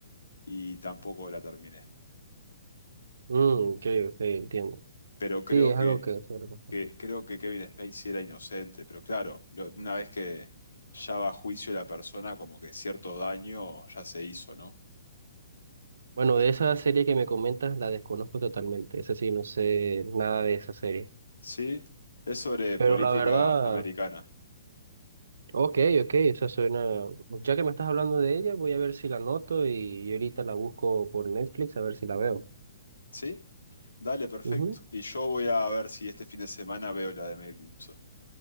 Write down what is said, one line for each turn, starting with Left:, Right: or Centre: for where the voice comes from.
Left: y tampoco la terminé.
Right: Mm, ok, ok, entiendo.
Left: Pero creo
Right: Sí, es
Left: que,
Right: algo que suele pasar.
Left: que- creo que Kevin Spacey era inocente, pero claro, lo- una vez que ya va a juicio la persona, como que cierto daño ya se hizo, ¿no?
Right: Bueno, de esa serie que me comentas, la desconozco totalmente. Esa sí, no sé nada de esa serie.
Left: Sí, es sobre
Right: Pero
Left: política
Right: la verdad.
Left: americana.
Right: Ok, ok, esa suena. Ya que me estás hablando de ella, voy a ver si la anoto y, y ahorita la busco por Netflix a ver si la veo.
Left: ¿Sí? Dale, perfecto.
Right: Ujú. <laughs>
Left: Y yo voy a ver si este fin de semana veo la de Mel Gibson.